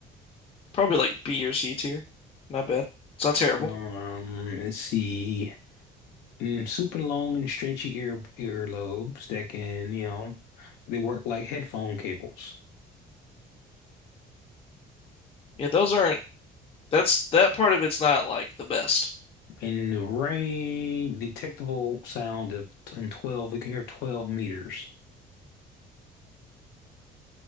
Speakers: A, on the left (about 35°); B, on the left (about 85°).
A: Probably like B or C tier. Not bad. It's not terrible.
B: Um, let's see. Mm, super long and stretchy ear earlobes that can, you know, they work like headphone cables.
A: Yeah, those aren't. That's that part of it's not like the best.
B: In the rain, detectable sound of t- in 12, we can hear 12 meters.